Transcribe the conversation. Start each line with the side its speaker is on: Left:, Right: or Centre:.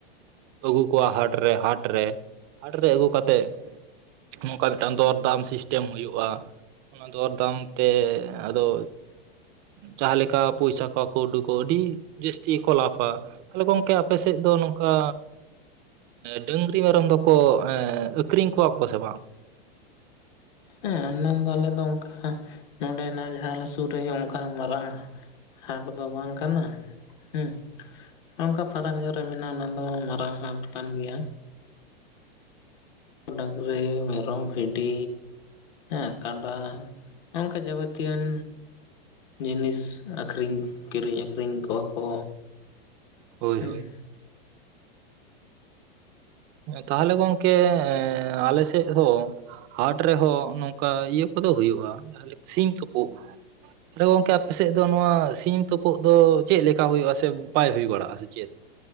Right: ᱟᱹᱜᱩ ᱠᱚᱣᱟ ᱦᱟᱴᱨᱮ ᱦᱟᱴᱨᱮ, ᱦᱟᱴᱨᱮ ᱟᱹᱜᱩ ᱠᱟᱛᱮᱜ ᱱᱚᱝᱠᱟ ᱞᱮᱠᱟᱱ ᱫᱚᱨᱫᱟᱢ ᱥᱤᱥᱴᱮᱢ ᱦᱳᱭᱳᱜ ᱚᱱᱟ ᱫᱚᱨᱫᱟᱢ ᱛᱮ ᱟᱫᱚ ᱡᱟᱦᱟᱸ ᱞᱮᱠᱟ ᱯᱚᱭᱥᱟ ᱠᱚ ᱠᱟᱹᱣᱰᱤ ᱠᱚ ᱟᱹᱰᱤ ᱡᱟᱹᱥᱛᱤ ᱠᱚ ᱞᱟᱯᱼᱟ ᱛᱟᱦᱞᱮ ᱜᱚᱝᱠᱮ ᱟᱯᱮ ᱥᱮᱫ ᱫᱚ ᱱᱚᱝᱠᱟ ᱰᱟᱝᱨᱤ ᱢᱮᱨᱚᱢ ᱫᱚᱠᱚ ᱟᱠᱷᱨᱤᱧ ᱠᱚᱣᱟ ᱠᱚ ᱥᱮ ᱵᱟᱝ
Left: ᱦᱮᱸ <unintelligible> ᱟᱞᱮ ᱫᱚ ᱚᱝᱠᱟ ᱱᱚᱰᱮᱱᱟᱜ ᱡᱟᱦᱟᱸ ᱟᱞᱮ <unintelligible> ᱟᱛᱳ ᱨᱮ ᱚᱱᱠᱟᱱ ᱢᱟᱨᱟᱝ ᱦᱟᱴ ᱫᱚ ᱵᱟᱝ ᱠᱟᱱᱟ, ᱦᱩᱸ ᱛᱚ ᱱᱚᱝᱠᱟ ᱯᱷᱟᱨᱟᱠ ᱧᱚᱜ ᱨᱮ ᱢᱮᱱᱟᱜᱼᱟ, ᱚᱱᱟ ᱫᱚ ᱢᱟᱨᱟᱝ ᱦᱟᱴ ᱠᱟᱱ ᱜᱮᱭᱟ ᱰᱟᱝᱨᱤ ᱢᱮᱨᱚᱢ ᱵᱷᱤᱰᱤ ᱮ ᱠᱟᱰᱟ ᱱᱚᱝᱠᱟ ᱡᱟᱵᱚᱛᱤᱭᱟᱱ ᱡᱤᱱᱤᱥ ᱟᱹᱠᱷᱨᱤᱧ ᱠᱤᱨᱤᱧ ᱟᱹᱠᱷᱨᱤᱧ ᱠᱚᱣᱟ ᱠᱚ
Right: ᱦᱳᱭ
Left: ᱦᱮᱸ
Right: ᱦᱳᱭ ᱛᱟᱦᱞᱮ ᱜᱚᱝᱠᱮ ᱟᱞᱮ ᱥᱮᱫ ᱦᱚᱸ ᱦᱟᱴ ᱨᱮᱦᱚᱸ ᱱᱚᱝᱠᱟ ᱤᱭᱟᱹ ᱠᱚᱫᱚ ᱦᱳᱭᱳᱜᱼᱟ, ᱡᱟᱦᱟᱸ ᱞᱮᱠᱟ ᱥᱤᱢ ᱛᱳᱯᱳᱜ ᱛᱟᱦᱞᱮ ᱜᱚᱝᱠᱮ ᱟᱯᱮᱥᱮᱫ ᱫᱚ ᱱᱚᱣᱟ ᱥᱤᱢ ᱛᱳᱯᱳᱜ ᱫᱚ ᱪᱮᱫ ᱞᱮᱠᱟ ᱦᱳᱭᱳᱜᱼᱟ ᱥᱮ ᱵᱟᱭ ᱦᱳᱭ ᱵᱟᱲᱟᱜ-ᱟ ᱥᱮ ᱪᱮᱫ